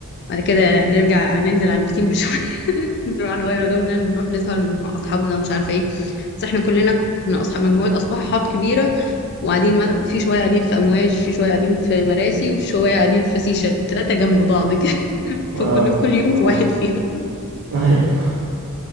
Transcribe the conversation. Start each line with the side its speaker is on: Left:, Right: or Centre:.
Left: بعد كده نرجع ننزل على البسين بشوية <laughs> نروح نغير هدومنا نروح نسهر مع اصحابنا مش عارفه ايه بس احنا كلنا كنا اصحاب مجموعه اصحاب كبيره وقاعدين مت... وفي شويه قاعدين في امواج في شويه قاعدين في مراسي وشويه قاعدين في سيشل ثلاثه جنب بعض كده <laughs> فكنا
Right: اه
Left: كل يوم
Right: اه
Left: في واحد فيهم
Right: <laughs> ايوه